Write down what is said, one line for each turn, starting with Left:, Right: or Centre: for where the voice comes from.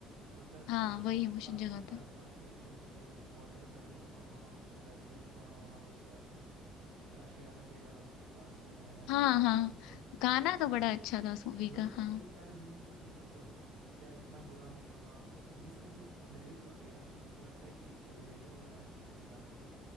Right: मतलब
Left: हाँ
Right: अ, जो
Left: वही इमोशन
Right: आखिरी
Left: जगाता
Right: आ-
Left: है
Right: आखिरी में जो वो बॉर्डर पे खड़े होके मामा मामा चिल्लाती है तो वहाँ वहाँ बजता है कि आशियाना तेरा पास में रहना ऐसा
Left: हाँ
Right: करके
Left: हाँ
Right: जो गाना बजता है
Left: गाना
Right: वो
Left: तो
Right: वाला
Left: बड़ा अच्छा था उस मूवी
Right: वही
Left: का हाँ
Right: वही तारे जमीन पर भी मतलब क्या इतना बुरा हूं मैं माँ ये सब जो लिरिक्स होती है ना मतलब हमको लगता है कि रिलेटेबल बना देती है इतना गाने को